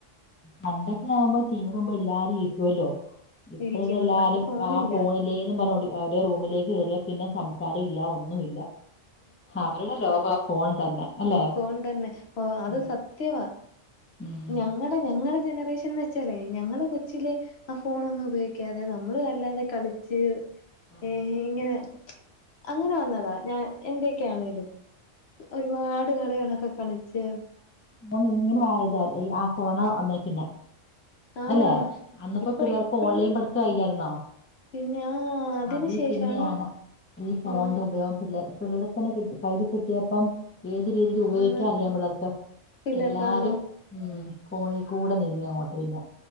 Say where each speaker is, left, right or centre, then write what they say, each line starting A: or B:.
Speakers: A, on the left; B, on the left.
A: പണ്ടൊക്കെ ആവുമ്പോ ടി. വി യുടെ മുമ്പോ എല്ലാരും ഇരിക്കുവല്ലോ ഇപ്പം
B: ഇരിക്കും
A: എല്ലാരും
B: പണ്ട് ഫോണില്ല
A: ആ ഫോണില് തും പറഞ്ഞ റൂമിലേക്ക് കയറിയാ പിന്നെ സംസാരം ഇല്ല ഒന്നും ഇല്ല അവരുടെ ലോകം ആ ഫോൺ തന്നെ അല്ലെ
B: ഫോൺതന്നെ ഓ അത്
A: ഉം
B: സത്യവാ
A: ഉം
B: ഞങ്ങളുടെ ഞങ്ങളുടെ ജനറേഷൻ ച്ചല്ലേ ഞങ്ങള് കൊച്ചില് ആ ഫോണെ ന്നും ഉപയോഗിക്കാതെ നമ്മള് അല്ലാതെ കളിച്ച്
A: ആ
B: ഏ ഇങ്ങനെ അങ്ങനെ വന്നതാ ഞാൻ എന്തൊക്കെയാണേലും ഒരുപാട് കളികളൊക്കെ കളിച്ച്
A: പോ ഇങ്ങനെ ആയത ഈ ആ കൊറണ വന്നേൽ പിന്നെ
B: ആണാണ്
A: അല്ലെ അന്നിപ്പോ
B: ഇപ്പ
A: പിള്ളവർക്ക്
B: ഇപ്പഴ
A: ഓൺലൈൻ പഠടുത്ത കയില്ലായിരുന്നോ
B: പിന്നെ ആ അതിന്
A: അതെ
B: ശേഷാണ്
A: പിന്നെയാണ് ഈ ഫോണിന്റെ
B: ആ
A: ഉപയോഗം പിള്ളേ പിള്ളേർക്ക്നെകൈയിൽ കിട്ടിയപ്പം ഏത് രീതിൽ ഉപയോഗിക്കാൻ
B: ആണ്
A: അറിയാൻ പിള്ളേർക്ക്
B: പിള്ളേർക്ക്
A: എല്ലാരും
B: ആ
A: ഉം ഫോണി കൂടെ നീങ്ങി അങ്ങോട്ട് പിന്നെ